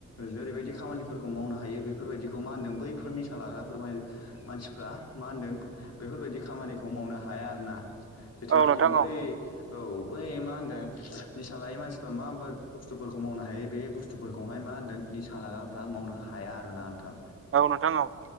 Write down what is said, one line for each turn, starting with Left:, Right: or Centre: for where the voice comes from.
Left: जेरैबायदि खामानिफोरखौ मावनो हायो बेफोरबायदिखौ मा होनदों बैफोरनिसा लाग्राफोर मानसिफ्रा मा होनदों बेफोरबायदि खामानिखौ मावनो हाया आरोना जथ'नाखि
Right: औ नोंथां
Left: बै
Right: औ
Left: औ बै मा होनदों निसा लायै मानसिफ्रा मा मा बुस्थुफोरखौ मावनो हायो बे बसु बुस्थुफोरखौहाय मा होनदोंनि सालागाफ्रा मावनो हाया आरोना नोंथां
Right: औ नोंथां औ